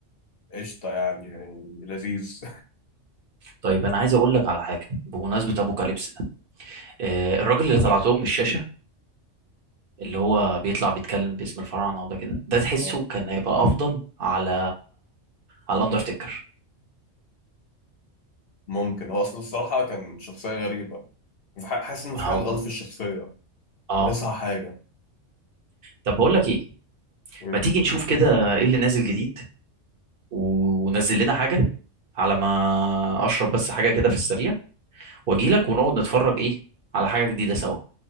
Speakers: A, on the left (about 55°); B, on the right (about 50°).
A: قشطه يعني, يعني لذيذ
B: طيب انا عايز اقول لك على حاجه بمناسبه ابوكاليبس ده آه، الراجل اللي طلعتهم من الشاشه اللي هو بيطلع بيتكلم باسم الفراعنه وده كده ده تحسه
A: آه،
B: كان هيبقى افضل على على الاندرتيكر
A: ممكن هو اصلا الصراحه كان شخصيه غريبه في ح- حاسس ان
B: ما
A: في
B: هو
A: حاجه غلط في الشخصيه
B: اه
A: ناقصها حاجه
B: طب بقول لك ايه
A: مم.
B: ما تيجي نشوف كده ايه اللي نازل جديد ونزل لنا حاجه على ما اشرب بس حاجه كده في السريع واجي لك ونقعد نتفرج ايه على حاجه جديده سوا